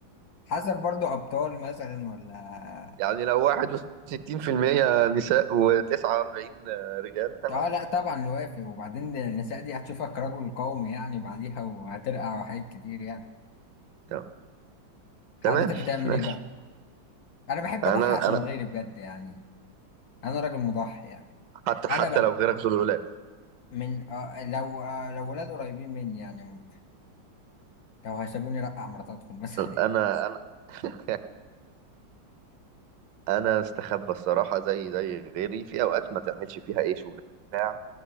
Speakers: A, on the left; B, on the right.
A: حسب برضو ابطال مثلا ولا
B: يعني لو 61% نساء و49 رجال تمام
A: اه آه، لا طبعا نوافق وبعدين النساء دي هتشوفك رجل قومي يعني بعديها وهترقع وحاجات كتير يعني
B: تمام تمام.
A: حضرتك هتعمل
B: ماشي
A: ايه بقى انا بحب
B: انا
A: اضحي عشان
B: انا
A: غيري بجد يعني انا راجل مضحي يعني
B: حتى حتى
A: انا بقى
B: لو غيرك دول ولاد
A: من اه لو اه لو ولاد قريبين مني يعني ممكن لو هيسيبوني رقع مراتاتهم <laughs> مثلا
B: انا انا <laughs> انا استخبى الصراحه زي زي غيري في اوقات ما تعملش فيها اي شجاع